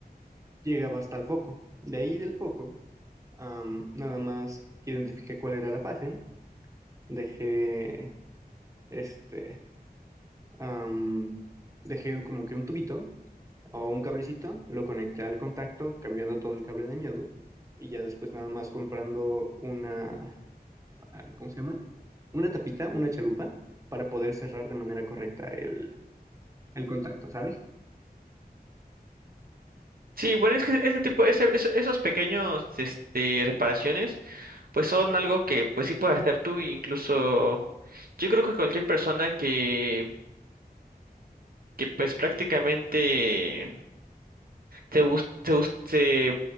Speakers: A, on the right; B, on the right.
A: llegaba hasta el foco. De ahí del foco, am, nada más identifiqué cuál era la fase, dejé, este, am, dejé como que un tubito o un cablecito, lo conecté al contacto, cambiando todo el cable dañado y ya después nada más comprando una, ah, ¿cómo se llama? Una tapita, una chalupa para poder cerrar de manera correcta el, el contacto, ¿sabes?
B: Sí, bueno, es que ese tipo, ese, ese- esos pequeños, este, reparaciones, pues son algo que, pues sí puedes hacer tú, e incluso, yo creo que cualquier persona que, que pues prácticamente se bus, se, bus- se,